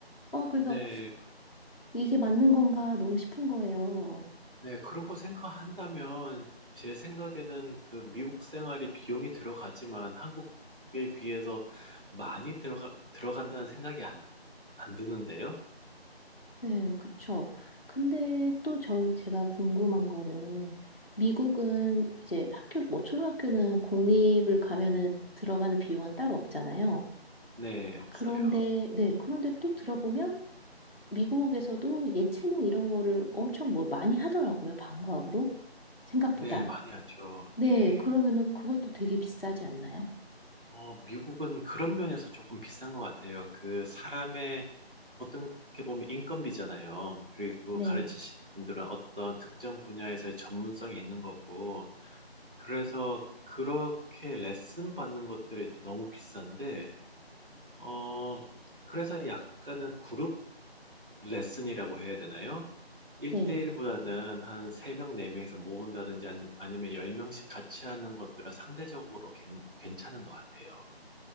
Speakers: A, on the left; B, on the right.
A: 어 그래서
B: 네,
A: 이게 맞는 건가 너무 싶은 거예요.
B: 네, 그런 거 생각한다면 제 생각에는 그 미국 생활이 비용이 들어가지만 한국에 비해서 많이 들어가, 들어간다는 생각이 안, 안 드는데요?
A: 네, 그쵸. 근데 또 저 제가 궁금한 거는 미국은 이제 학교 뭐 초등학교는 공립을 가면은 들어가는 비용은 따로 없잖아요.
B: 네, 없어요.
A: 그런데 네, 그런데 또 들어보면 미국에서도 예체능 이런 거를 엄청 뭐 많이 하더라고요. 방과후로. 생각보다.
B: 네, 많이 하죠.
A: 네,
B: 네.
A: 그러면은 그것도 되게 비싸지 않나요?
B: 어, 미국은 그런 면에서 조금 비싼 것 같아요. 그 사람의 어떻게 보면 인건비잖아요. 그리고
A: 네,
B: 가르치시는 분들은 어떤 특정 분야에서의 전문성이 있는 거고. 그래서 그렇게 레슨 받는 것들이 너무 비싼데, 어, 그래서 약간은 그룹 레슨이라고 해야 되나요? 1대1보다는
A: 네.
B: 한 3명, 4명에서 모은다든지 아니- 아니면 10명씩 같이 하는 것들은 상대적으로 괜- 괜찮은 것 같아요.